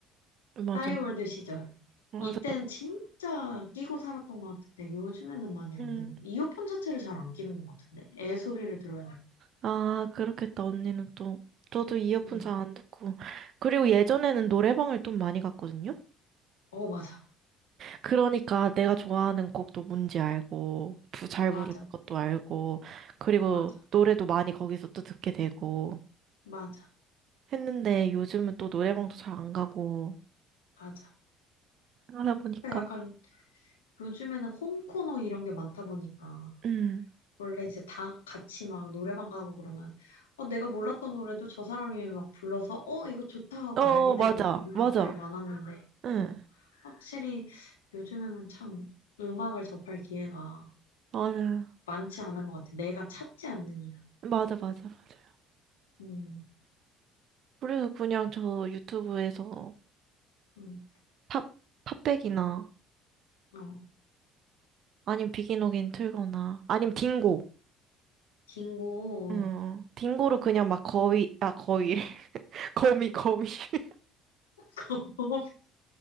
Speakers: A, on the right (about 50°); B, on the left (about 85°).
A: 맞아,
B: 싸이월드 시절.
A: 맞아.
B: 이때는 진짜 끼고 살았던 것 같은데 요즘에는 많이 안
A: 음,
B: 듣는 거. 이어폰 자체를 잘 안 끼는 것 같은데 애 소리를 들어야 돼.
A: 아, 그렇겠다, 언니는 또. 저도 이어폰
B: 음.
A: 잘 안 듣고. 그리고 예전에는 노래방을 좀 많이 갔거든요?
B: 어 맞아
A: 그러니까 내가 좋아하는 곡도 뭔지 알고, 부, 잘
B: 맞아
A: 부르는 것도 알고, 그리고
B: 맞아
A: 노래도 많이 거기서 또 듣게 되고
B: 맞아
A: 했는데 요즘은 또 노래방도 잘 안 가고
B: 맞아.
A: 하다 보니까.
B: 그러니까 약간 요즘에는 홈코노 이런 게 많다 보니까
A: 음.
B: 원래 이제 다 같이 막 노래방 가고 그러면 어 내가 몰랐던 노래도 저 사람이 막 불러서 어 이거 좋다 하고
A: 어,
B: 알게 되고
A: 맞아.
B: 막 이런
A: 맞아.
B: 것들이 많았는데
A: 응.
B: 어 확실히 요즘에는 참 음악을 접할 기회가
A: 맞아요.
B: 많지 않은 것 같아. 내가 찾지 않는 이상.
A: 맞아, 맞아, 맞아요.
B: 음,
A: 그래서 그냥 저 유튜브에서
B: 음,
A: 팝, 팝백이나
B: 어,
A: 아님 비기노긴 틀거나. 아님 딩고.
B: 긴고
A: 응. 딩고로 그냥 막 거위, 아, 거위래. <laughs> 거미, 거미. <laughs>
B: <laughs>